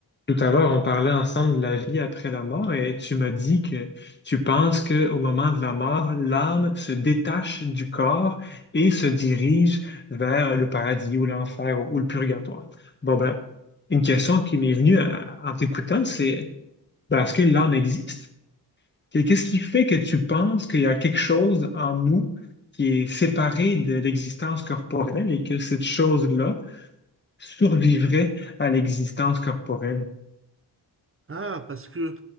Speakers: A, on the left (about 25°); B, on the right (about 30°).
A: Tout à l'heure, on parlait ensemble de la vie après la mort et tu m'as dit que tu penses que au moment de la mort, l'âme se détache du corps et se dirige vers le paradis ou l'enfer ou, ou le purgatoire. Bon ben, une question qui m'est venue à- en t'écoutant, c'est ben, est-ce que l'âme existe? Et Qu'est-ce qui fait que tu penses qu'il y a quelque chose en nous qui est séparé de l'existence corporelle et que cette chose-là survivrait à l'existence corporelle?
B: Ah, parce que